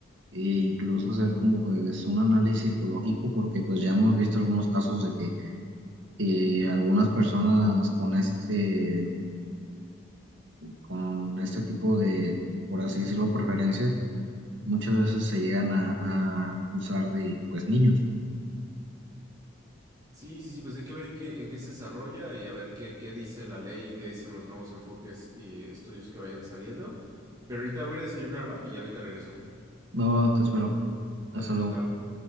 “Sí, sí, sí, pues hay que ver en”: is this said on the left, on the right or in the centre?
Right